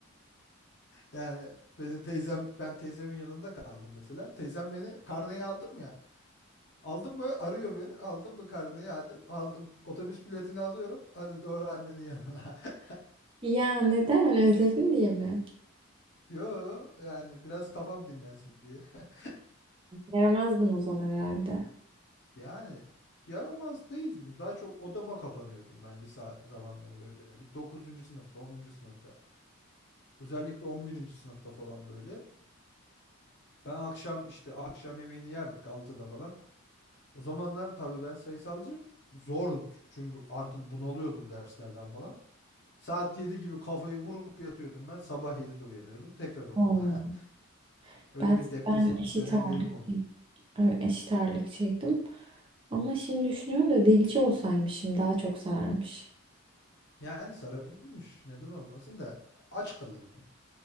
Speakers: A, on the left (about 50°); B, on the right (about 25°).
A: Yani benim teyzem ben teyzemin yanında kaldım mesela. Teyzem beni karneyi aldım ya. Aldın mı? Arıyor beni. Aldın mı karneyi Adem? Aldım. Otobüs biletini alıyorum. Hadi doğru annenin yanına. <laughs>
B: Ya neden? Hani özledin diye mi?
A: Yo yani biraz kafam dinlensin diye. <laughs>
B: Yaramazdın o zaman herhalde.
A: Yani yaramaz değildim. Daha çok odama kapanıyordum ben lise zamanları böyle. Bir dokuzuncu sınıfta, onuncu sınıfta. Özellikle on birinci sınıfta falan böyle. Ben akşam işte akşam yemeğini yerdik altıda falan. O zamanlar tabii ben sayısalcıyım. Zor çünkü artık bunalıyordum derslerden falan. Saat 7 gibi kafayı vurup yatıyordum ben. Sabah 7'de uyanıyordum. Tekrar okula.
B: Oo,
A: <laughs> Öyle
B: ben
A: bir depresif
B: ben eşit
A: dönemlerim
B: ağırlık.
A: olmuş.
B: Evet, eşit ağırlıkçıydım. Ama şimdi düşünüyorum da dilci olsaymışım daha çok sararmış
A: Yani sarabilirmiş. Neden olmasın da aç kalırdın.